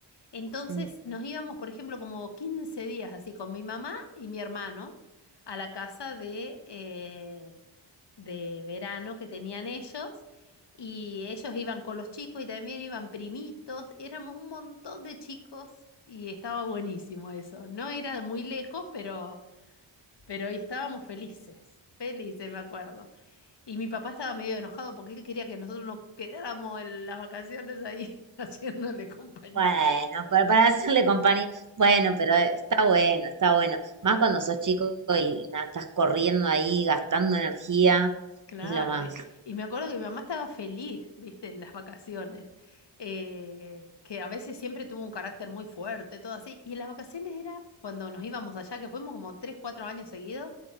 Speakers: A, on the left; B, on the right.
A: Entonces
B: Sí.
A: nos íbamos, por ejemplo, como 15 días así con mi mamá y mi hermano a la casa de, eh, de verano que tenían ellos. Y ellos iban con los chicos y también iban primitos. Éramos un montón de chicos y estaba buenísimo eso. No era muy lejos, pero, pero estábamos felices. Felices, me acuerdo. Y mi papá estaba medio enojado porque él quería que nosotros nos quedáramos en las vacaciones ahí <laughs> haciéndole compañía.
B: Bueno, para, para hacerle compañía. Bueno, pero eh, está bueno, está bueno. Más cuando sos chico y nada, estás corriendo ahí, gastando energía,
A: Claro,
B: es lo más.
A: y y me acuerdo que mi mamá estaba feliz, viste, en las vacaciones, eh, que a veces siempre tuvo un carácter muy fuerte, todo así, y en las vacaciones era cuando nos íbamos allá, que fuimos como tres, cuatro años seguidos,